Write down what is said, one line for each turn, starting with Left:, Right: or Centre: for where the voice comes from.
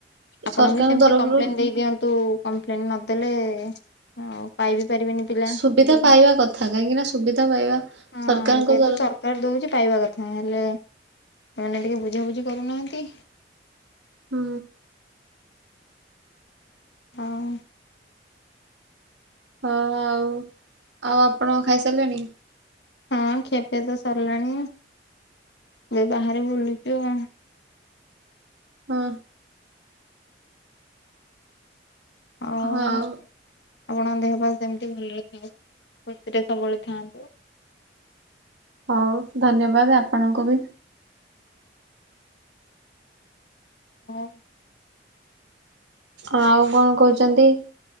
Left: ଆପଣ
Right: ସରକାରଙ୍କ
Left: ବି ସେମିତି
Right: ତରଫରୁ
Left: କମ୍ପ୍ଲେନ ଦେଇଦିଅନ୍ତୁ। କମ୍ପ୍ଲେନ ନଦେଲେ ଆଉ ପାଇବେ ପାରିବେନି ପିଲା
Right: ସୁବିଧା ପାଇବା କଥା କାହିଁକି ନା ସୁବିଧା ପାଇବା
Left: ଯେହେତୁ
Right: ସରକାରଙ୍କ ତରଫ
Left: ସରକାର ଦଉଛି ପାଇ କଥା ହେଲେ ଏମାନେ ଟିକେ ବୁଝାବୁଝି କରୁନାହାନ୍ତି।
Right: ହୁଁ।
Left: ହଁ।
Right: ହଁ ଆଉ ଆଉ ଆପଣ ଖାଇସାରିଲେଣି?
Left: ହଁ ଖିଆପିଆ ତ ସରିଲାଣି ଏ ବାହାରେ ବୁଲୁଛୁ ଆଉ।
Right: ହଁ
Left: ଆଉ
Right: ହଁ।
Left: ଆପଣଙ୍କ ଦେହ ପା ସେମିତି ଭଲରେ ଥାଉ ଖୁସିରେ ସବୁବେଳେ ଥାଆନ୍ତୁ।
Right: ହଉ ଧନ୍ୟବାଦ ଆ ଆପଣଙ୍କୁବି।
Left: ହଁ।
Right: ଆଉ କଣ କହୁଛନ୍ତି